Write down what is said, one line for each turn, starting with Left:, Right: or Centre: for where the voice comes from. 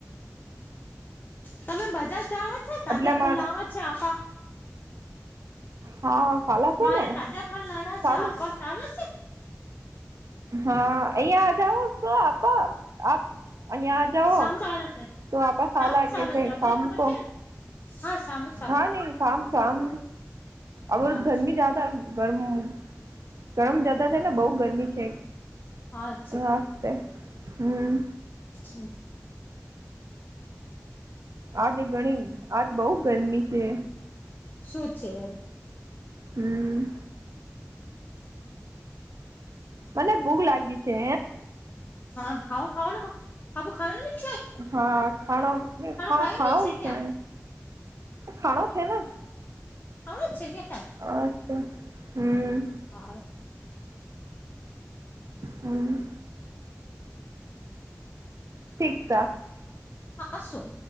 Left: તમે બજાર જવાના છો તાજા
Right: એટલે
Left: ફળ
Right: મારે
Left: લાવવાના છો. અત્યારે
Right: હા સાલા છે
Left: મારે
Right: ને
Left: તાજા ફળ લાવવાના
Right: સામે
Left: છે આપા ચાલુ છે.
Right: હા અહિયાં આજાાવ શું આપ અહિયાં આજાવ.
Left: સામ ચાલે છે
Right: તો આપપસ
Left: સામ
Right: આ લાગે
Left: ચાલે
Right: ફ
Left: છે બધું
Right: કામ કો
Left: છે હા સારૂ.
Right: હા નહી શામ શામ અહીં
Left: હા
Right: ગરમી જ્યાદા ગરમ જતા છે ને બહુ ગરમી છે.
Left: હા છે
Right: હાસતે હમ.
Left: હમ.
Right: આજ ઘણી આજ બઉ ગરમી છે.
Left: શું છે.
Right: હમ. મને ભૂખ લાગી છે.
Left: હા ખાઉ ખાાવને સબ ખાય
Right: હા ખાડો ખ
Left: ખાયું
Right: ખા
Left: ની ક્યાં
Right: છે ખાડો છે ને
Left: આવ છે કે
Right: અસ હમ
Left: હા
Right: હમ ઠીક થા.
Left: આ શું?